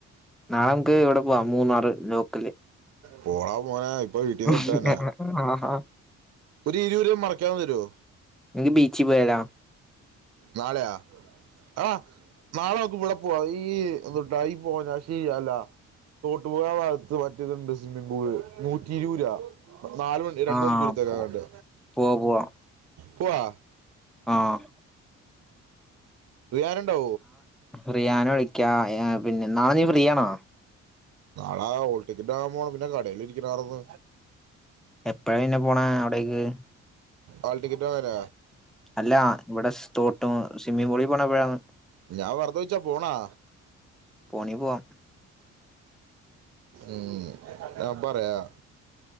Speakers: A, in the centre; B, on the right.
A: നാളൻക്ക് ഇവടെ വാ മൂന്നാറ് ലോക്കല്
B: പോടാ മോനെ ഇപ്പൊ വീട്ടീന്ന്
A: ആഹ്
B: വിട്ടതന്നെ
A: ഹാ
B: ഒരു ഇരുപത് രൂപ മറക്കാതെ തരുവോ
A: എങ്കി ബീച്ചി പോയാല്ലൊ?
B: നാളെയാ ആഹ് നാളെ ഓ ക്ക്വ്ടെ പോവാ ഈ <unintelligible> അല്ല തോട്ടുമുക്കം ആ ഭാഗത്ത് മറ്റേത്ണ്ട് സ്വിമ്മിംഗ് പൂള്. നൂറ്റി രൂരാ നാല് മണി രണ്ട്
A: ആഹ്
B: മണിക്കൂർത്തേക്കങ്ങാണ്ട്
A: പോ പോവാ പോവാ
B: പോവാ?
A: ആഹ്
B: റിയാന് ണ്ടാവോ?
A: റിയാന വിളിക്കാ അയാ പിന്നെ നാളെനീഫ്രീയാണോ
B: നാളെ ഹോൾടിക്കറ്റ് വാങ്ങാ പോണം പിന്നെ കടേല് ഇരിക്കണ കാണുമ്പോ
A: എപ്പഴാ പിന്നെ പോണെ അവിടേക്ക്
B: ആൾട്ടിക്കറ്റ് വാങ്ങാന
A: അല്ല ഇവിടെ സ്തോട്ടു സ്വിമ്മി പൂളി പോണ എപ്പഴാണ്
B: ഞാൻ വെറുതെ ചോയിച്ചാ പോണാ
A: പോണി പോവാം
B: ഉം ഞാന് പറയാ